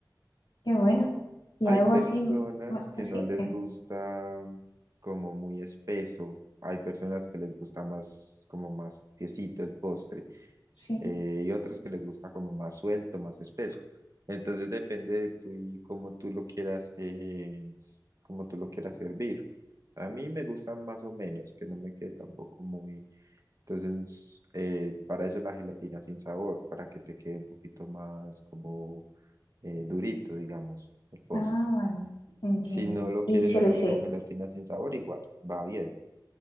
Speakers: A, on the left; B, on the right.
A: qué bueno. Y
B: Hay
A: algo
B: personas
A: así, ma-
B: que
A: sí,
B: no les
A: eh,
B: gusta como muy espeso, hay personas que les gusta más como más tiesito el postre.
A: sí.
B: eh, y otros que les gusta como más suelto, más espeso. Entonces depende de tú y cómo tú lo quieras, eh, cómo tú lo quieras servir. A mí me gustan más o menos, que no me quede tampoco muy... Entonces, eh, para eso la gelatina sin sabor, para que te quede un poquito más como eh, durito, digamos, el postre.
A: Ah, vale. Entiendo.
B: Si no lo
A: Y
B: quieres
A: se
B: hacer
A: les,
B: con
A: eh,
B: gelatina sin sabor, igual, va bien.